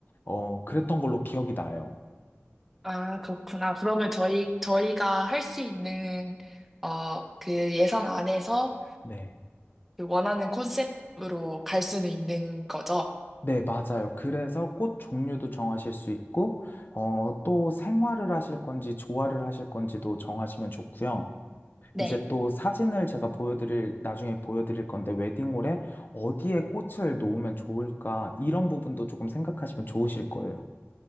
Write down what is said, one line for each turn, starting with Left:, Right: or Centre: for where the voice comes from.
Left: 어, 그랬던 걸로 기억이 나요.
Centre: 아, 그렇구나. 그러면 저희, 저희가 할 수 있는, 어, 그 예산 안에서
Left: 네.
Centre: 그 원하는 콘셉트로 갈 수는 있는 거죠?
Left: 네, 맞아요. 그래서 꽃 종류도 정하실 수 있고, 어, 또 생화를 하실 건지 조화를 하실 건지도 정하시면 좋고요.
Centre: 네.
Left: 이제 또 사진을 제가 보여드릴, 나중에 보여드릴 건데, 웨딩홀에 어디에 꽃을 놓으면 좋을까, 이런 부분도 조금 생각하시면 좋으실 거예요.